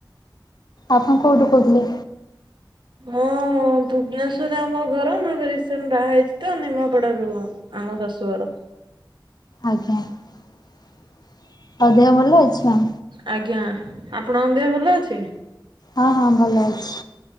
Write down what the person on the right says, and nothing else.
ମୁଁ ହଁ ଭୁବନେଶ୍ଵରେ ଆମ ଘର ମୁଁ ଏବେ ରିସେଣ୍ଟ ବାହା ହେଇଛି ତ ନିମାପଡାରୁୁ ଆମ ଶାଶୁଘର।
ଆଜ୍ଞା ଆପଣଙ୍କ ଦେହ ଭଲ ଅଛି।